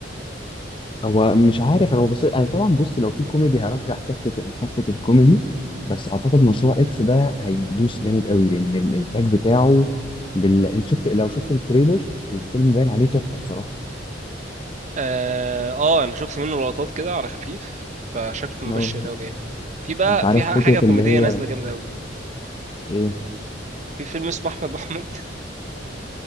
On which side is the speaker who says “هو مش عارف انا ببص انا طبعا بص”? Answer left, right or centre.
Left